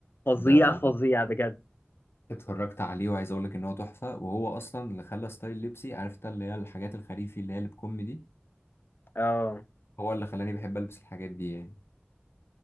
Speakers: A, on the left; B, on the left.
A: فظيع
B: ده
A: فظيع بجد
B: اتفرجت عليه وعايز أقول لك إن هو تحفة وهو أصلا اللي خلى ستايل لبسي عارف انت اللي هي الحاجات الخريفي اللي هي اللي بكم دي
A: اه
B: هو اللي خلاني بحب ألبس الحاجات دي يعني